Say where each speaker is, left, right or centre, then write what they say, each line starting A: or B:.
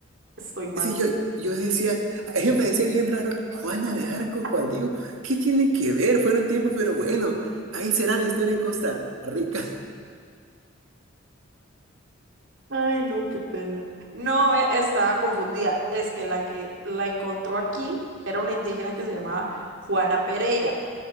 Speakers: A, on the right; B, on the right.
A: estoy mal.
B: Sí, yo, yo decía, a mí me parecía bien raro, Juana
A: <laughs>
B: de Arco, Juan Diego, ¿qué tiene que ver? Fueron tiempos, pero bueno, ahí será la historia en Costa Rica.
A: Ay, no, qué pena. No, ve, estaba confundida. Es que la que la encontró aquí era una indígena que se llamaba Juana Pereira.